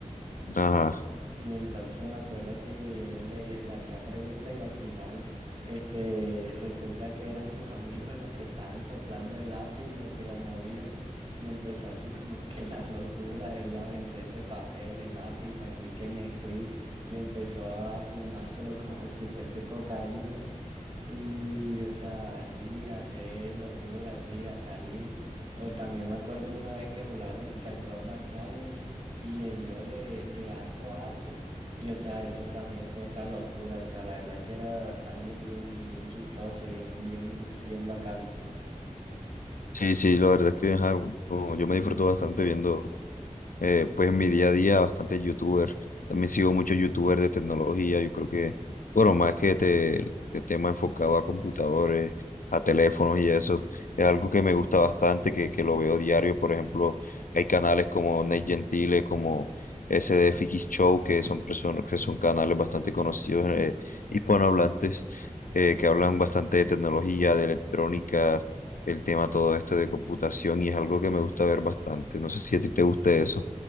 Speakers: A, on the left (about 85°); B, on the right (about 50°).
A: Ajá.
B: Y entonces me acuerdo que él le, le hacía preguntas y al final este, resulta que eran sus amigos los que estaban soplando el lápiz y los que lo movían. Y empezó así <laughs> como que la locura, él aventó ese papel, el lápiz, sacó y que Nesquik y empezó a fumárselo como si fuese cocaína. Y, o sea, así, a hacer locura, así, a salir. O también me acuerdo una vez que jugaron y que al Crossbar Challenge y le dio de, de arco a arco. Y, o sea, eso también fue otra locura. O sea, la verdad es que era alguien bien, bien chistoso, bien, bien, bien bacano.
A: Sí, sí, la verdad es que ajá, como yo me disfruto bastante viendo, eh, pues en mi día a día, bastante youtuber. También sigo muchos youtubers de tecnología. Yo creo que, bueno, más que te, de tema enfocado a computadores, a teléfonos y eso, es algo que me gusta bastante, que, que lo veo diario. Por ejemplo, hay canales como Nate Gentile, como SDF Show, que son personas, que son canales bastante conocidos, eh, hispanohablantes, eh, que hablan bastante de tecnología, de electrónica el tema todo esto de computación y es algo que me gusta ver bastante. No sé si a ti te gusta eso.